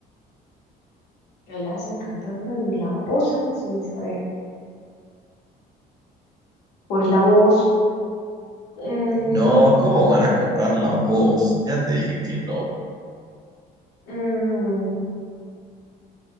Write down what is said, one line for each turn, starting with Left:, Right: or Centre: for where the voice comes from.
Left: Me la hacen cantando y la usan sin saber. Pues la voz, mm,
Right: No, ¿cómo van a comprar la voz? Ya te dije que no.
Left: mm,